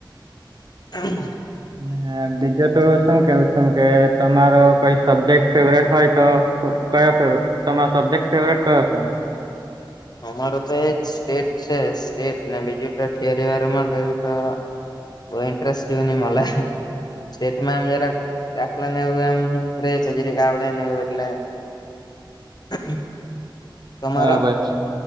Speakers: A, on the left; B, on the right.
A: <inaudible>
B: ને એ બીજો તો શું કેવું સું કે તમારો કોઈ સબ્જેક્ટ ફેવરીટ હોય તો કયો <unintelligible> તમારે સબ્જેક્ટ ફેવરીટ કયો શે એમ?
A: અમારો તો એજ, સ્ટેટ છે, સ્ટેટ ને બીજી તો થીયરી વાળામાં થયું તો બહુ ઇન્ટરેસ્ટ જેવુ નહીં મલે. સ્ટેટમાં એમ જરા દાખલા ને એવું એમ રહે છે જીરીક આવડે ને એવું એટલે. <inaudible> તમારો
B: હા ભાઈ.